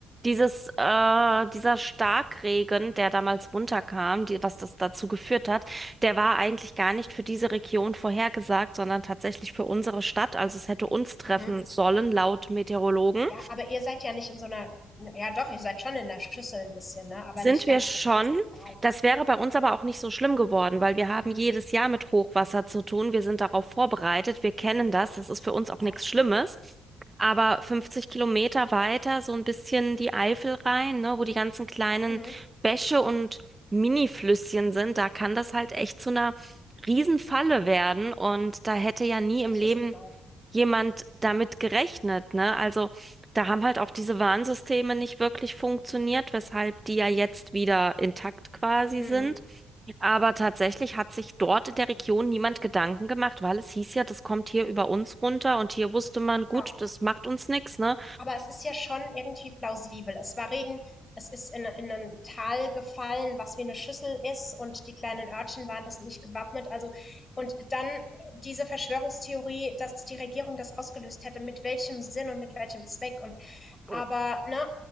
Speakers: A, on the right; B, on the left.
A: dieses, äh, dieser Starkregen, der damals runterkam, die, was das dazu geführt hat, der war eigentlich gar nicht für diese Region vorhergesagt, sondern tatsächlich für unsere Stadt. Also es hätte uns treffen
B: mhm.
A: sollen, laut Meteorologen.
B: ja, aber ihr seid ja nicht in so einer, ja doch, ihr seid schon in der Schüssel ein bisschen, ne? Aber
A: Sind
B: nicht
A: wir
B: ganz
A: schon.
B: so. total.
A: Das wäre bei uns aber auch nicht so schlimm geworden, weil wir
B: Mhm.
A: haben jedes Jahr mit Hochwasser zu tun. Wir sind darauf vorbereitet. Wir kennen das. Das ist für uns auch nichts
B: Ja,
A: Schlimmes. Aber 50 Kilometer weiter, so ein bisschen die Eifel rein, ne, wo die ganzen kleinen
B: mhm.
A: Bäche und Mini-Flüsschen sind, da kann das halt echt zu einer Riesenfalle werden. Und da hätte ja nie im
B: das
A: Leben
B: ist genau.
A: jemand damit gerechnet, ne? Also da haben halt auch diese Warnsysteme nicht wirklich funktioniert, weshalb die ja jetzt wieder intakt quasi
B: Mhm.
A: sind. Aber tatsächlich hat sich dort in der Region niemand Gedanken gemacht, weil es hieß ja, das kommt hier über uns runter und hier wusste man, gut,
B: Ja,
A: das macht uns nichts, ne?
B: aber es ist ja schon irgendwie plausibel. Es war Regen, es ist in, in ein Tal gefallen, was wie eine Schüssel ist und die kleinen Örtchen waren das nicht gewappnet. Also, und dann äh, diese Verschwörungstheorie, dass die Regierung das ausgelöst hätte, mit welchem Sinn und mit welchem Zweck. Und aber,
A: Oh.
B: ne,